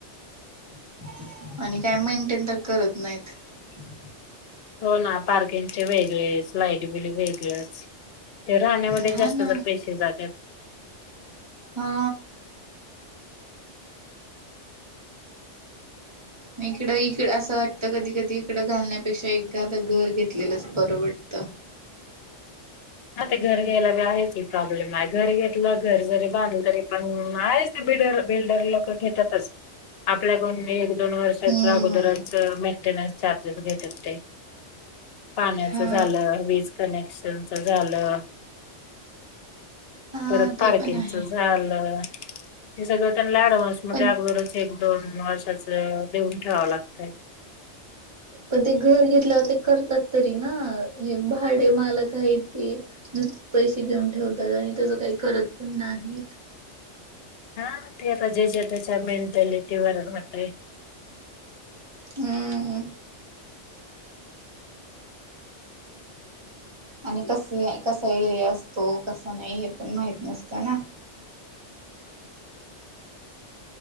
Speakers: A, on the right (about 25°); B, on the left (about 60°).
A: <inaudible> आणि काय म्ह ते तर करत नाहित, <inaudible>
B: <inaudible> हो ना पार्किंगचे वेगळेच लाईट बिल वेगळच, <inaudible> ते राहण्यामध्ये
A: हा
B: जास्त
A: ना
B: जर पैसे जात्यात.
A: हा. म इकडं-इकड असं वाटतं कधी-कधी इकडं घालण्यापेक्षा एकदा घर घेतलेलंच परवडत!
B: हा ते घर घ्यायला बी आहे. ते प्रोब्लेम. आहे घर घेतल. घर जरी बांधल. तरी पण आहे बड बिल्डर लोक घेतातच आपल्याकडून! दोन वर्षाचा
A: हम्म.
B: अगोदरच मेंटेनन्स! चार्जेस घेत्यात काय पाण्याच
A: हा
B: झालं वीज कनेक्ट! <unintelligible> झालं.
A: हा
B: परत
A: ते
B: पार्किंगच
A: पण आहे
B: झालं. हे सगळता मला अँडव्हान्स मध्ये
A: पण
B: अगदोरच एक दोन वर्षाच लिहून ठेवावं लागतय.
A: पण ते घर घेतल्यावर ते करतात तरी ना हे भाडे मालक आहेत ते नुसत पैसे घेऊन ठेवतात आणि त्याच काही करत पण नाहीत.
B: हा ते आता जे -जे त्याच्या मेंटॅलिटी वरच होत आहे.
A: हम्म. आणि कस कसा एरिया असतो कसा नाही हे पण माहित नसत ना.